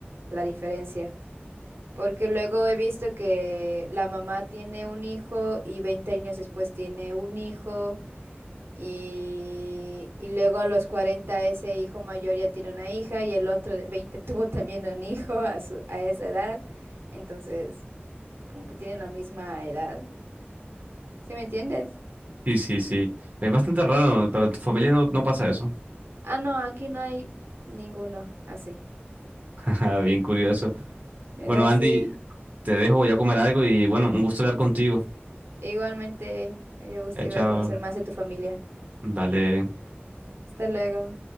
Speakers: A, on the right; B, on the right.
A: la diferencia. Porque luego he visto que la mamá tiene un hijo y 20 años después tiene un hijo y, y luego a los 40 ese hijo mayor ya tiene una hija y el otro de 20 <laughs> tuvo también un hijo a su, a esa edad. Entonces, como que tienen la misma edad. ¿Sí me entiendes?
B: Sí, sí, sí. Es bastante raro, ¿no? Para tu familia no, no pasa eso.
A: Ah, no, aquí no hay ninguno así.
B: <laughs> Bien curioso.
A: Era
B: Bueno,
A: así.
B: Andy, te dejo, voy a comer algo y bueno, un gusto hablar contigo.
A: Igualmente, me dio gusto
B: Chao, chao.
A: igual conocer más de tu familia.
B: Vale.
A: Hasta luego.